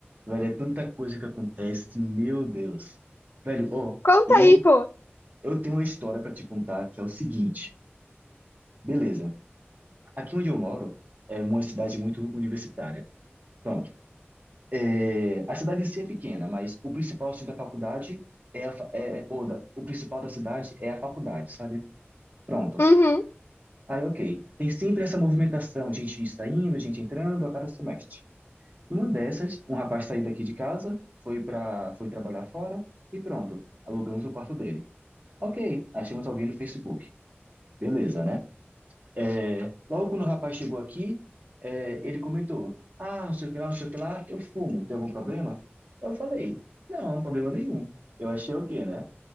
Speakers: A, on the right (about 40°); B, on the left (about 65°).
A: velho, é tanta coisa que acontece, meu Deus. Velho, ó,
B: Conta
A: eu,
B: aí, pô.
A: eu tenho uma história pra te contar que é o seguinte. Beleza, aqui onde eu moro é uma cidade muito universitária. Pronto. É, a cidade em si é pequena, mas o principal centro da faculdade é, a, fa- é é, ou da, o principal da cidade é a faculdade, sabe? Pronto.
B: Uhum,
A: Aí, ok. Tem sempre essa movimentação, gente saindo, gente entrando a cada semestre. Numa dessas, um rapaz saiu daqui de casa, foi para, foi trabalhar fora e pronto, alugamos o quarto dele. Ok, achamos alguém no Facebook. Beleza, né? É, logo quando o rapaz chegou aqui, é, ele comentou: Ah, não sei o que lá, não sei o que lá, eu fumo, tem algum problema? Eu falei: Não, problema nenhum. Eu achei o quê, né?